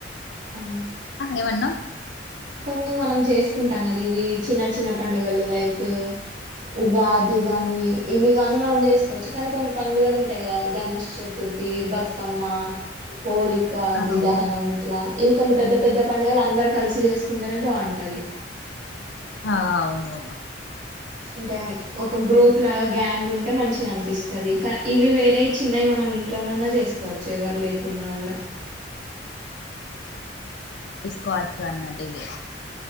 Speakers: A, on the right; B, on the left.
A: అవును
B: ఏమన్నవ్
A: కొన్ని మనం చేసుకుంటాం కదా ఇవి చిన్న చిన్న పండుగలు లైక్ ఉగాది గాని ఇవి గాని మనం చేసుకోవచ్చు కానీ కొన్ని పండుగలు ఉంటాయి కదా గణేష్ చతుర్థి బతుకమ్మ హోలిక ది
B: అవును
A: దహనం ఇట్లా ఇవి కొన్ని పెద్ద పెద్ద పండగలు అందరు కలిసి చేసు కుంటేనే బాగుంటది
B: ఆ అవును
A: అంటే ఒక గ్రూప్ లాగా గ్యాంగ్ ఉంటే మంచిగా అనిపిస్తుంది క ఇవి వేరే చిన్నయి మనం ఇంట్లోనన్నా చేసుకోవచ్చు ఎవరు లేకున్నా కూడా
B: కోచ్చ అన్నట్ ఇది